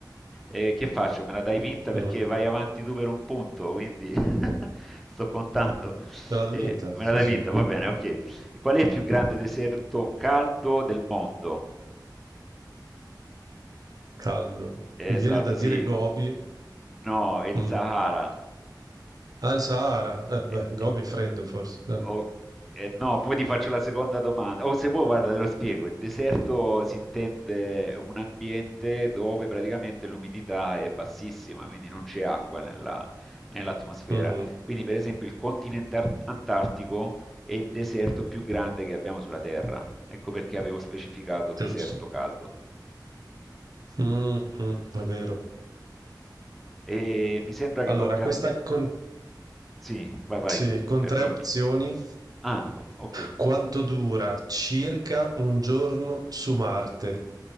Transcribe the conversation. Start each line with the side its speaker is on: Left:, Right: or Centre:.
Centre: Eh, che faccio? Me la dai vinta perché
Right: Mm,
Centre: vai avanti tu per un punto, quindi <laughs> sto contando.
Right: Me l'ha
Centre: Eh,
Right: vinta,
Centre: me
Right: sì,
Centre: la dai vinta,
Right: sì.
Centre: va bene, ok. Qual è il più grande deserto caldo del mondo?
Right: Caldo.
Centre: Esatto,
Right: Mi viene da dire
Centre: sì.
Right: Gobi.
Centre: No, è il
Right: Mm.
Centre: Sahara.
Right: Ah, il Sahara. Eh, beh,
Centre: Eh,
Right: Gobi
Centre: eh,
Right: è freddo forse. eh.
Centre: ok, eh, no, poi ti faccio la seconda domanda. O se vuoi, guarda, te lo spiego. Il deserto si intende un ambiente dove praticamente l'umidità è bassissima, quindi non c'è acqua nella- nell'atmosfera.
Right: Mhm,
Centre: Quindi, per esempio, il continente ar- antartico è il deserto più grande che abbiamo sulla Terra. Ecco perché avevo specificato deserto
Right: giusto.
Centre: caldo.
Right: Mhm, è vero.
Centre: E mi sembra
Right: Allora,
Centre: che tocca
Right: questa
Centre: a
Right: con...
Centre: Sì, vai, vai,
Right: sì, con
Centre: perdonami.
Right: tre opzioni.
Centre: Ah, o- ok.
Right: Quanto dura circa un giorno su Marte?